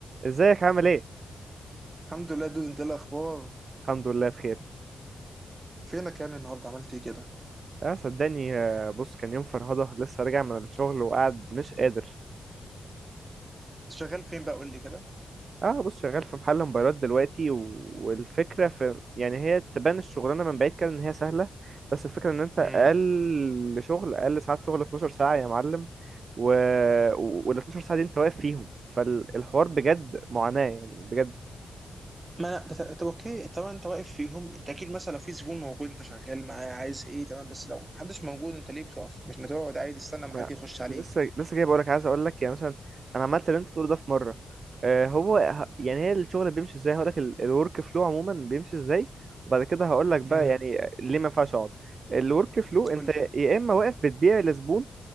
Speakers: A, on the right (about 50°); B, on the right (about 25°).
A: ازيك عامل ايه
B: الحمد لله دوز انت ايه الاخبار
A: الحمد لله بخير
B: فينك يا ابني النهارده عملت ايه كده
A: اه صدقني آه، بص كان يوم فرهضة لسه راجع من الشغل وقاعد مش قادر
B: انت شغال فين بقى قول لي كده
A: اه بص شغال في محل موبايلات دلوقتي و... والفكرة في يعني هي تبان الشغلانة من بعيد كده ان هي سهلة بس الفكرة ان انت
B: امم
A: اقل شغل اقل ساعات شغل 12 ساعة يا معلم و... وال 12 ساعة دي انت واقف فيهم فالحوار بجد معاناة يعني بجد
B: ما انا بت- طب اوكي طبعا انت واقف فيهم انت اكيد مثلا لو في زبون موجود انت شغال معاه عايز ايه تمام بس لو محدش موجود انت ليه بتقف مش ما تقعد عادي استنى
A: ما
B: ما حد يخش عليك
A: لسه لسه جاي بقولك عايز اقولك يعني مثلا انا عملت اللي انت بتقوله ده في مره آه هو ه- يعني هي الشغل بيمشي ازاي هقولك الورك فلو عموما بيمشي ازاي وبعد كده هقولك بقى
B: امم
A: يعني ليه ما ينفعش اقعد الورك فلو انت
B: قول لي
A: يا اما واقف بتبيع لزبون